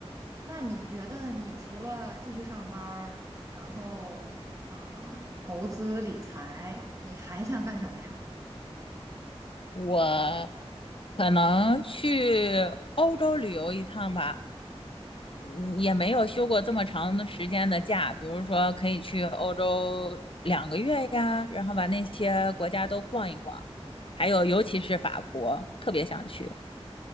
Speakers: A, on the right; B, on the left.
A: 那你觉得你除了继续上班儿，然后嗯投资理财，你还想干什么呀？
B: 我可能去欧洲旅游一趟吧，嗯也没有休过这么长的时间的假，比如说可以去欧洲两个月呀，然后把那些国家都逛一逛，还有尤其是法国，特别想去。